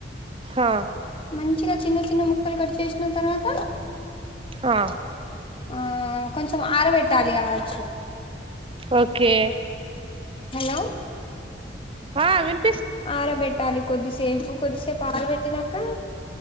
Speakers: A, on the right; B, on the left.
A: ఆ
B: మంచిగా చిన్న చిన్న ముక్కలు కట్ చేసిన తర్వాత
A: ఆ
B: ఆ కొంచెం అరవెట్ తాలిగా కవోచు
A: ఓకే
B: హలో
A: ఆ విన్
B: ఆరబెట్టాలి కొద్దిసేపు కొద్దిసేపు ఆరబెట్టినాక